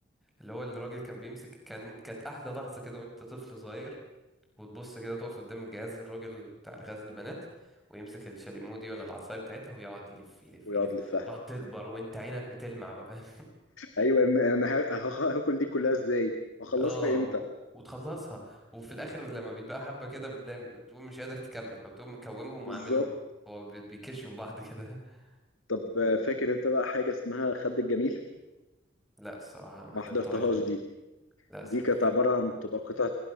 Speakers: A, in the centre; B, on the left.
A: اللي هو الراجل كان بيمسك كان كانت احلى لحظة كده وانت طفل صغير وتبص كده تقف قدام الجهاز الراجل بتاع غزل البنات ويمسك الشاليمو دي ولا العصاية بتاعتها ويقعد يلف يلف
B: ويقعد
A: يلف
B: لفها
A: تقعد تكبر وانت عينك بتلمع بقى فاهم
B: ايوه إن- انا ه- هخ- هاكل دي كلها ازاي هخلصها
A: اه
B: امتى
A: و... وتخلصها وفي الاخر لما بيتبقى حبه كده بتلاقي بتقوم مش قادر تكمل فبتقوم مكومهم
B: بالظبط
A: وعاملهم هو بي- بيكشوا في بعض كده <laughs>
B: طب آه، فاكر انت بقى حاجه اسمها خد الجميل
A: لا الصراحه ما
B: ما
A: حضرتهاش
B: حضرتهاش
A: دي
B: دي
A: للاسف
B: دي كانت عباره عن بتبقى قطعه